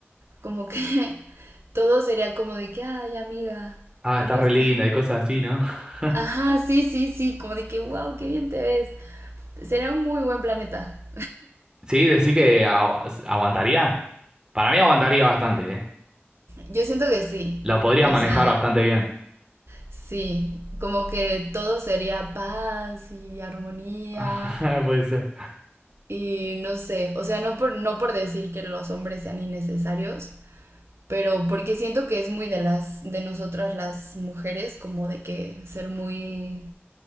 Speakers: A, on the right; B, on the right.
A: como que <laughs> todo sería como de que, ay, amiga,
B: Ah,
A: ¿cómo
B: está re
A: estás?
B: linda y cosas así, ¿no? <laughs>
A: Ajá, sí, sí, sí, como de que, wow, qué bien te ves. Sería un muy buen planeta.
B: Sí, decir que agu- aguantaría. Para mí aguantaría bastante, ¿eh?
A: Yo siento que sí,
B: La podría
A: o
B: manejar
A: sea,
B: bastante bien.
A: sí, como que todo sería paz y armonía.
B: <laughs> Puede ser.
A: Y no sé, o sea, no por, no por decir que los hombres sean innecesarios, pero porque siento que es muy de las, de nosotras las mujeres, como de que ser muy,